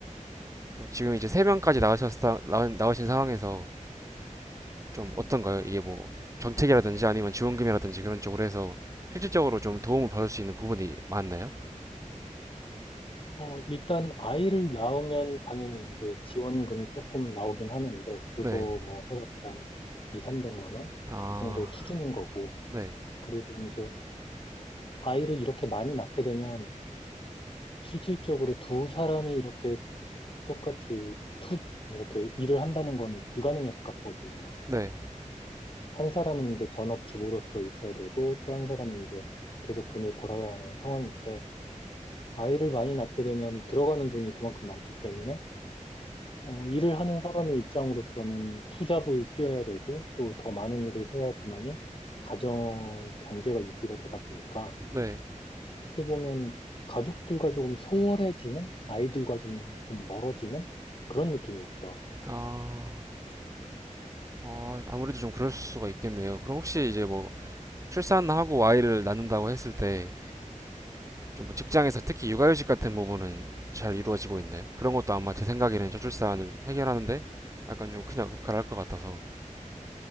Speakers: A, on the right; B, on the left.
A: 그럼 지금 이제 세 명까지 나가셨다 나, 나오신 상황에서 좀 어떤가요? 이게 뭐 정책이라든지 아니면 지원금이라든지 그런 쪽으로 해서 실질적으로 좀 도움을 받을 수 있는 부분이 많나요?
B: 어, 일단 아이를 낳으면 당연히 이제 지원금이 조금 나오긴 하는데 그거
A: 네.
B: 뭐 해봤자 한 2, 300만 원
A: 아,
B: 정도 수준인 거고
A: 네.
B: 그리고 이제 아이를 이렇게 많이 낳게 되면 실질적으로 두 사람이 이렇게 똑같이 투 이렇게 일을 한다는 건 불가능에 가깝거든요.
A: 네.
B: 한 사람은 이제 전업주부로서 있어야 되고 또 한 사람은 이제 계속 돈을 벌어야 하는 상황인데 아이를 많이 낳게 되면 들어가는 돈이 그만큼 많기 때문에 어, 일을 하는 사람의 입장으로서는 투잡을 뛰어야 되고 또 더 많은 일을 해야지만이 가정 경제가 유지가 되다 보니까
A: 네.
B: 어떻게 보면 가족들과 조금 소홀해지는 아이들과 좀, 좀 멀어지는 그런 느낌이 있죠.
A: 아, 어, 아무래도 좀 그럴 수가 있겠네요. 그럼 혹시 이제 뭐 출산하고 아이를 낳는다고 했을 때 좀 직장에서 특히 육아휴직 같은 부분은 잘 이루어지고 있나요? 그런 것도 아마 제 생각에는 저출산을 해결하는데 약간 좀 큰 역할을 할 것 같아서.